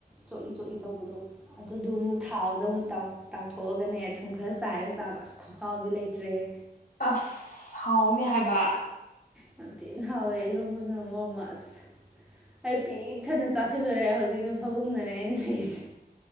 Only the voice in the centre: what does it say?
ꯆꯣꯠꯂꯤ ꯆꯣꯠꯂꯤ ꯇꯧꯕꯗꯣ ꯑꯗꯨꯗꯨ ꯑꯃꯨꯛ ꯊꯥꯎꯗ ꯑꯃꯨꯛ ꯇꯥꯎ ꯇꯥꯎꯊꯣꯛꯑꯒꯅꯦ ꯊꯨꯝ ꯈꯔ ꯆꯥꯏꯔꯒ ꯆꯥꯕ ꯑꯁ ꯈꯨꯍꯥꯎꯗꯤ ꯂꯩꯇ꯭ꯔꯦꯍꯦ
ꯌꯥꯝ ꯊꯤꯅ ꯍꯥꯎꯋꯦ ꯏꯔꯣꯝꯕꯗꯨꯅ ꯃꯔꯣꯝꯃ ꯑꯁ ꯑꯩ ꯄꯤꯛ ꯊꯟꯅ ꯆꯥꯁꯤꯜꯂꯨꯔꯦ ꯍꯧꯖꯤꯛꯅ ꯐꯕꯨꯡꯗꯅꯦ ꯑꯩꯅ ꯂꯩꯔꯤꯁꯦ